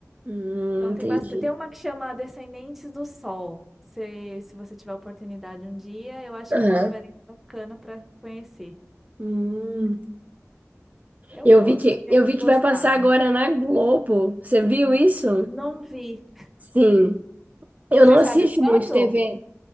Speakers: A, on the right (about 30°); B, in the centre.
A: Hum,
B: Então
A: entendi.
B: tem bastante, tem uma que chama Descendentes do Sol. Se, se você tiver oportunidade um dia, eu acho
A: Aham.
B: que é uma novelinha bacana para conhecer.
A: Hum.
B: Eu
A: Eu
B: gosto,
A: vi que,
B: tem
A: eu
B: que
A: vi
B: gostar,
A: que vai passar
B: né?
A: agora na Globo. Você viu isso?
B: Não vi.
A: Sim. Eu
B: Você
A: não assisto
B: sabe quando?
A: muito TV.